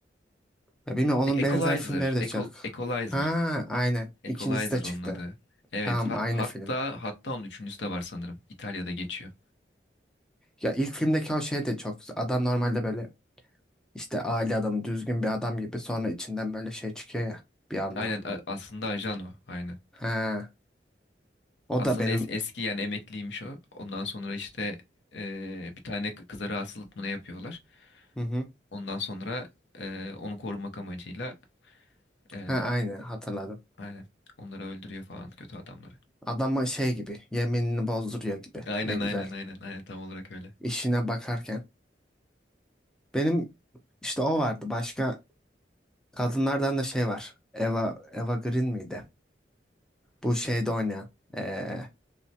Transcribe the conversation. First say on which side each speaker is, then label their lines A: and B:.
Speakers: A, in the centre; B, on the left.
A: Ya bilmiyorum onun
B: E- Equalizer,
A: benzer filmleri de
B: Equal-
A: çık?
B: Equalizer.
A: Ha, aynen.
B: Equalizer
A: İkincisi de çıktı.
B: onun adı. Evet,
A: Tamam
B: ha-
A: aynı
B: hatta
A: film.
B: hatta onun üçüncüsü de var sanırım. İtalya'da geçiyor.
A: Ya ilk filmdeki o şey de çok güzel. Adam normalde böyle işte aile adamı düzgün bir adam gibi sonra içinden böyle şey çıkıyor ya bir anda.
B: Aynen a- aslında ajan o. Aynen.
A: Ha, o
B: Aslında
A: da benim
B: es- eski yani emekliymiş o. Ondan sonra işte eee, bir tane kı- kıza rahatsızlık mı ne yapıyorlar.
A: hı hı.
B: Ondan sonra eee, onu korumak amacıyla eee,
A: Ha, aynı hatırladım.
B: aynen onları öldürüyor falan kötü adamları.
A: Adama şey gibi yeminini bozduruyor gibi.
B: Aynen
A: Ne güzel.
B: aynen aynen aynen tam olarak öyle.
A: İşine bakarken. Benim işte o vardı. Başka Kadınlardan da şey var. Eva, Eva Green miydi? Bu şeyde oynayan. Ee,